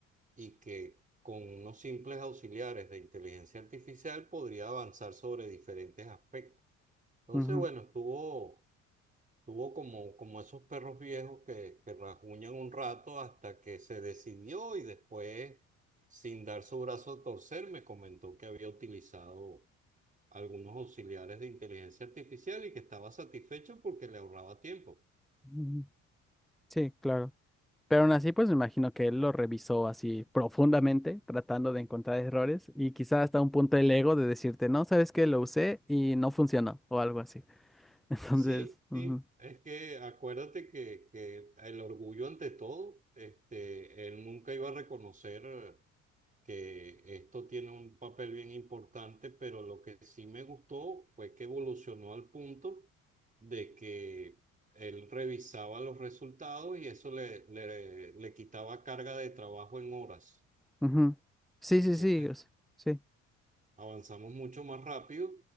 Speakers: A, on the right; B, in the centre.
A: y que con unos simples auxiliares de inteligencia artificial podría avanzar sobre diferentes aspectos. Entonces,
B: ujú,
A: bueno, estuvo, estuvo como, como esos perros viejos que, que rasguñan un rato hasta que se decidió y después, sin dar su brazo a torcer, me comentó que había utilizado algunos auxiliares de inteligencia artificial y que estaba satisfecho porque le ahorraba tiempo.
B: ujú. Sí, claro. Pero aún así, pues me imagino que él lo revisó así profundamente, tratando de encontrar errores y quizá hasta un punto el ego de decirte, no, sabes que lo usé y no funcionó o algo así. <laughs> Entonces,
A: Sí, sí,
B: ujú,
A: es que acuérdate que, que el orgullo ante todo, este, él nunca iba a reconocer eh, que esto tiene un papel bien importante, pero lo que sí me gustó fue que evolucionó al punto de que él revisaba los resultados y eso le, le, le quitaba carga de trabajo en horas.
B: ujú. Sí, sí,
A: Entonces,
B: sí, o sea, sí.
A: avanzamos mucho más rápido,